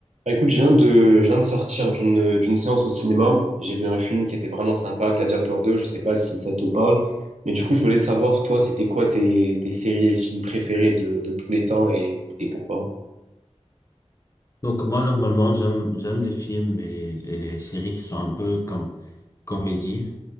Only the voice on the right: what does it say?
Bah, écoute, je viens de, je viens de sortir d'une d'une séance au cinéma. J'ai vu un film qui était vraiment sympa, Gladiator 2. Je sais pas si ça te parle, mais du coup, je voulais savoir, toi, c'était quoi tes, tes séries et films préférés de, de tous les temps et, et pourquoi?